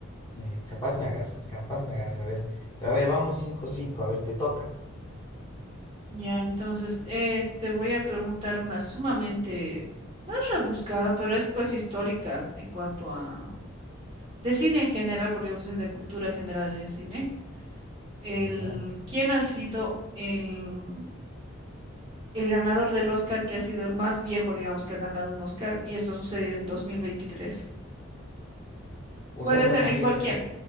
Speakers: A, on the left; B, on the right.
A: eh, capaz me agarre, capaz me agarre. A ver, pero a ver, vamos cinco cinco a ver, te toca.
B: Ya, entonces, eh, te voy a preguntar una sumamente, no es rebuscada, pero es pues histórica en cuanto a, de cine en general, podríamos decir, de cultura general en el cine. El,
A: Ya.
B: ¿quién ha sido el, el ganador del Oscar que ha sido el más viejo, digamos, que ha ganado un Oscar? Y esto ha sucedido en dos mil veintitrés
A: O
B: Puede
A: sea, el más
B: ser en
A: viejo.
B: cualquiera,